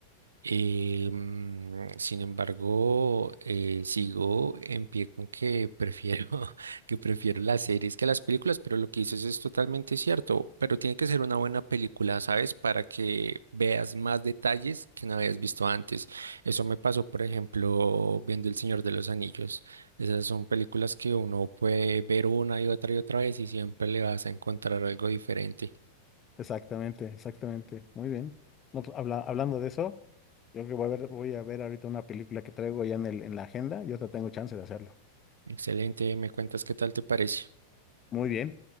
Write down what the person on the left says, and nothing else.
Exactamente, exactamente. Muy bien. No, pues, habla- hablando de eso, yo creo que voy a ver, voy a ver ahorita una película que traigo ya en el, en la agenda. Yo te tengo chance de hacerlo.
Muy bien.